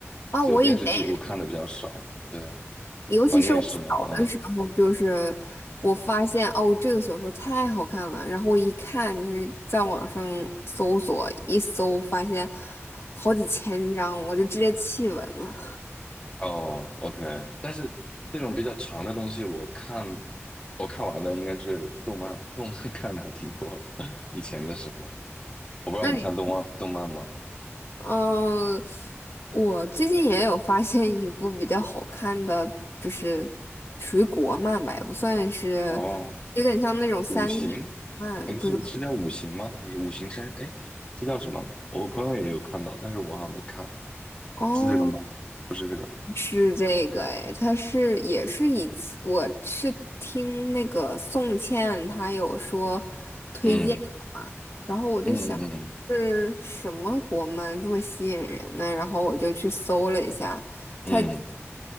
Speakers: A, on the left; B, on the left.
A: 啊，
B: 所以电视剧我看的比较少。
A: 我以前也
B: 对，
A: 尤其是我小的时候，
B: 啊，你也是吗？嗯
A: 就是我发现哦，这个小说太好看了，然后我一看就是在网上搜索，一搜发现好几千章，我就直接弃文了。
B: 哦，OK，但是这种比较长的东西，
A: <laughs>
B: 我看我看完的应该是动漫，动漫 <laughs> 看的还挺多。<laughs> 以前的时候，我不知道你看动漫动漫吗？
A: 那你，嗯，我最近也有发现一部比较好看的，就是属于国漫吧，也不算是，
B: 哦，
A: 有点像那种三
B: 五行
A: d 漫，
B: 还是是叫五行吗？
A: 不知道
B: 还是五行山？哎，这叫什么？我朋友也有看到，但是我好像没看，
A: 哦。
B: 是这个吗？不是这个。
A: 是这个哎，他是也是以前我是听那个宋茜她有说推荐的嘛，
B: 嗯
A: 然后我就想是什么国漫这么吸引人呢？
B: 嗯嗯嗯
A: 然后我就去搜了一下，
B: 嗯，
A: 它叫